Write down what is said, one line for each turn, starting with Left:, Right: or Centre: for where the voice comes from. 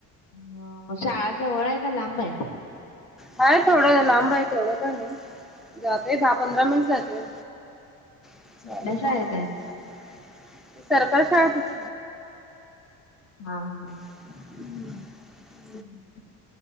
Left: हां शाळा जवळय का लांबयं?
Centre: हाय थोडं लांबयं तेवढं काय नायी जातोय दहा पंधरा मिनिट जातय. <unintelligible>
Left: कुठल्या शाळेत आहेत?
Centre: सरकारी शाळेत <inaudible>
Left: हां हां हां.
Centre: हुं.
Left: हुं.